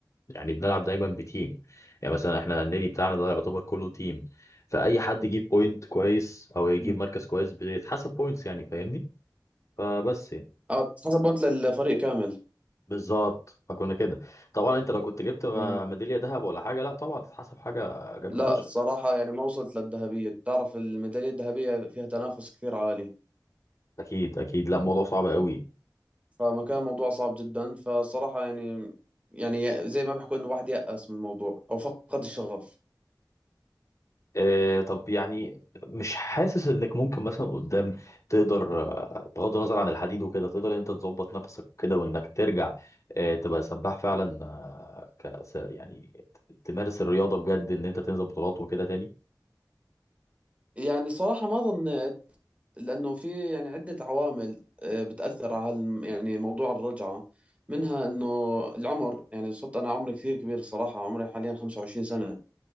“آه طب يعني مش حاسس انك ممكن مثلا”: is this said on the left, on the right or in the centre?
Left